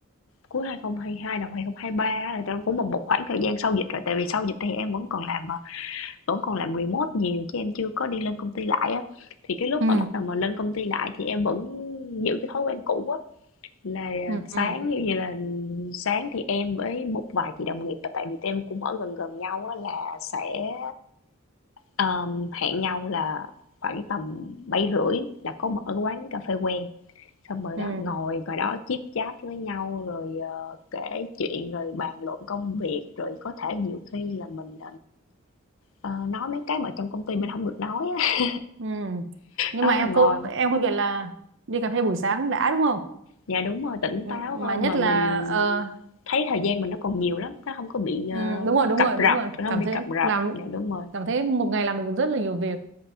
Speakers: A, on the left; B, on the right.
A: cuối 2022, đầu 2023 á là tụi em cũng một một khoảng thời gian sau dịch rồi, tại vì sau dịch thì em vẫn còn làm, ờ, vẫn còn làm remote nhiều chứ em chưa có đi lên công ty lại á thì cái lúc
B: ừ,
A: mà bắt đầu mà lên công ty lại thì em vẫn giữ cái thói quen cũ á là
B: ừ,
A: sáng
B: ừ,
A: như vậy là sáng thì em với một vài chị đồng nghiệp và tại vì tụi em cũng ở gần gần nhau á là sẽ um, hẹn nhau là khoảng tầm bảy rưỡi là có mở cái quán cà phê quen xong rồi
B: ừ,
A: đó ngồi ngồi đó chit chat với nhau rồi ờ, kể chuyện rồi bàn luận công việc rồi có thể nhiều khi là mình ờ, nói mấy cái mà trong công ty mình không được nói á
B: ừ. nhưng
A: Đó
B: mà
A: là
B: em
A: ngồi
B: cô em không biết là đi cà phê buổi sáng đã đúng không
A: dạ, đúng rồi, tỉnh
B: Ừ,
A: táo
B: mà
A: hơn
B: nhất
A: mà
B: là
A: mình
B: ờ,
A: thấy thời gian mình nó còn nhiều lắm, nó không có bị, ờ,
B: ừ, đúng rồi đúng
A: cập
B: rồi
A: rập,
B: đúng rồi
A: nó
B: cảm
A: không bị
B: thấy
A: cập rập.
B: làm
A: Dạ, đúng rồi.
B: cảm thấy một ngày làm được rất là nhiều việc